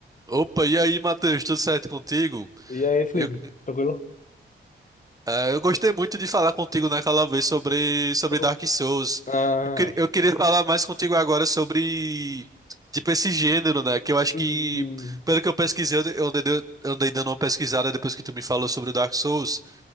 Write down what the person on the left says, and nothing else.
E aí, Felipe,
tranquilo?
Tranquilo?
Ah,
hum.